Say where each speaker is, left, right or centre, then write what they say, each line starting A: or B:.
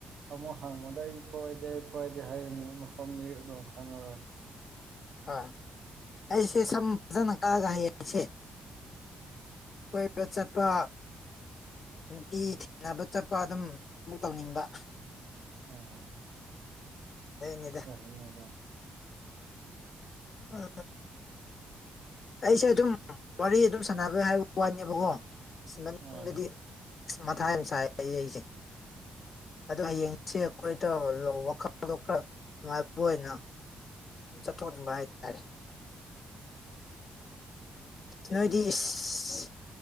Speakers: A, on the right (about 70°); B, on the left (about 50°).
A: ꯑꯃꯨꯛ ꯍꯪꯕꯗ ꯑꯩ ꯄꯣꯏꯗꯦ ꯑꯩ ꯄꯣꯏꯗꯦ ꯍꯥꯏꯔꯤꯅꯤ ꯃꯐꯝꯗꯤ ꯑꯗꯨꯝ ꯈꯪꯉꯔꯣꯏ
B: ꯍꯣꯏ ꯑꯩꯁꯦ ꯁꯝ ꯐꯖꯅ ꯀꯛꯑꯒ ꯍꯥꯏꯌꯦ ꯑꯩꯁꯦ ꯀꯣꯏꯕ ꯆꯠꯄ ꯅꯨꯄꯤ ꯊꯦꯡꯅꯕ ꯆꯠꯄ ꯑꯗꯨꯝ ꯊꯕꯨꯛ ꯇꯧꯅꯤꯡꯕ
A: ꯑꯣ
B: ꯑꯗꯨꯏꯅꯤꯗ
A: ꯀꯅꯗ
B: ꯑ ꯑꯩꯁꯦ ꯑꯗꯨꯝ ꯋꯥꯔꯤ ꯑꯗꯨꯝ ꯁꯥꯟꯅꯕ ꯍꯥꯏꯕ ꯋꯥꯅꯦꯕꯀꯣ ꯃꯅꯨꯡꯗꯗꯤ
A: ꯑꯥ
B: ꯃꯊꯥꯏ ꯌꯥꯝ ꯁꯥꯏ ꯑꯩ ꯑꯩꯁꯦ ꯑꯣ ꯍꯌꯦꯡꯁꯤ ꯑꯩꯈꯣꯏꯗ ꯋꯥꯈꯜꯗꯣꯛ ꯈꯔ ꯉꯥꯏꯕ ꯑꯣꯏꯅ ꯆꯠꯊꯣꯛꯅꯤꯡꯕ ꯍꯥꯏꯇꯥꯔꯦ ꯅꯣꯏꯗꯤ ꯏꯁ